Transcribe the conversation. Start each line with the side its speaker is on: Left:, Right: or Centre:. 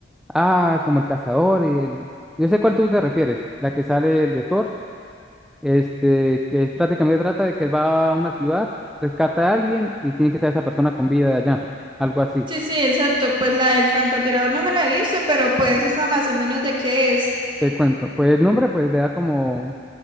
Centre: Ah, como el cazador y el... Yo sé cuál tú te refieres, la que sale el de Thor, este, que prácticamente trata de que él va a una ciudad, rescata a alguien y tiene que estar esa persona con vida de allá, algo así,
Right: Sí, sí, exacto, pues la del francotirador no me la he visto, pero pues esa más o menos de qué es.
Centre: te cuento. Pues el nombre pues le da como